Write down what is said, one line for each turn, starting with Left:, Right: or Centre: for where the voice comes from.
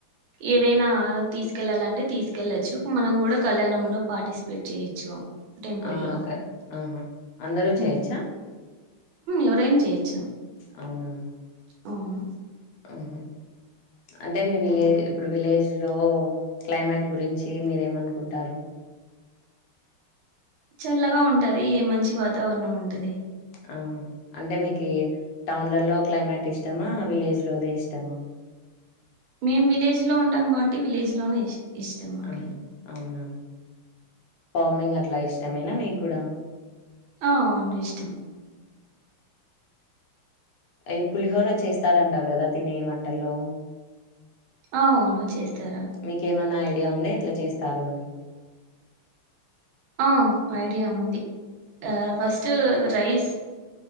Right: ఏవైనా తీసుకెళ్ళాలంటే తీసుకెళ్లొచ్చు మనం కూడా కళ్యాణంలో పార్టిసిపేట్ చేయొచ్చు టెంపుల్లో
Left: ఆ అకే ఆహా అందరూ చేయొచ్చా
Right: ఉమ్ ఎవరైనా చేయిచ్చు
Left: అవునా
Right: అవును
Left: ఆహా అంటే మీ విలేజ్ ఇప్పుడు విలేజ్ లో క్లైమేట్ గురించి మీరేమనుకుంటారు
Right: చల్లగా ఉంటది మంచి వాతావరణం ఉంటది
Left: ఆ అంటే మీకి టౌన్లలో క్లైమేట్ ఇష్టమా విలేజ్ లోదే ఇష్టమా
Right: మేం విలేజ్ లో ఉంటాం కాబట్టి విలేజ్ లోనే ఇష్ ఇష్టం మాకి
Left: ఆహా అవునా ఫార్మింగ్ అ ఇట్ల ఇష్టమైనా మీకు కూడా
Right: ఆ అవును ఇష్టం
Left: ఆయి పులిహోర చేస్తారంటారు కదా తినే వంటల్లో
Right: ఆ అవును చేస్తారా
Left: మీకేమన్నా ఐడియా ఉంది ఎట్లా చేస్తారు అని
Right: ఆ ఐడియా ఉంది ఫస్ట్ రైస్